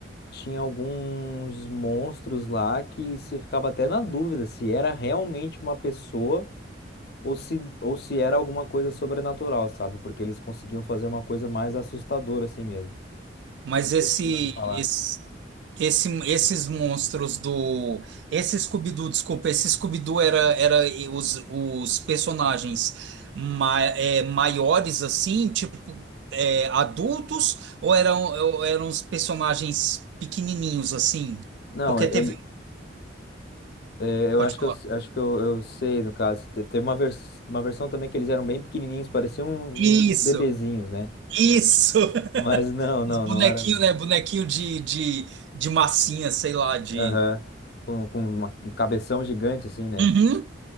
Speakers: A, on the left; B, on the right.
A: tinha alguns monstros lá que você ficava até na dúvida se era realmente uma pessoa ou se, ou se era alguma coisa sobrenatural, sabe? Porque eles conseguiam fazer uma coisa mais assustadora assim mesmo.
B: Mas
A: Não
B: esse,
A: sei se você já ouviu falar.
B: esse, esse, esses monstros do. Esse Scooby-Doo, desculpa, esse Scooby-Doo era, era os, os personagens ma é, maiores, assim, tipo, é, adultos, ou eram, ou eram os personagens pequenininhos, assim?
A: Não,
B: Porque
A: ele,
B: teve.
A: é, eu
B: Pode
A: acho
B: falar.
A: que eu, acho que eu, eu sei, no caso. Te- Tem uma, vers, uma versão também que eles eram bem pequenininhos, pareciam um-
B: Isso,
A: um, uns bebezinhos, né?
B: isso! <laughs>
A: Mas não, não,
B: Os bonequinhos,
A: não era não.
B: né? Bonequinho de, de, de massinha, sei lá, de.
A: Aham. Com, com uma- um cabeção gigante assim, né?
B: Uhum,